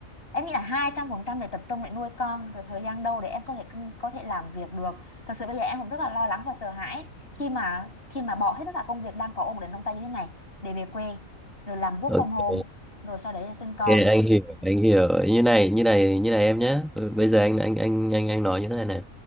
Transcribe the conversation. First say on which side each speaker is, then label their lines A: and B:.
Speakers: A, on the left (about 45°); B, in the centre.
A: em nghĩ là 200% để tập trung để nuôi con rồi thời gian đâu để em có thể cân- có thể làm việc được thực sự bây giờ em cũng rất là lo lắng và sợ hãi khi mà khi mà bỏ hết tất cả công việc đang có ổn định trong tay như thế này để về quê rồi làm work
B: Ok,
A: from home rồi sau đấy là sinh con
B: ok, anh hiểu, anh hiểu. Như này, như này, như này em nhé. Bây giờ anh anh anh anh anh nói như thế này này.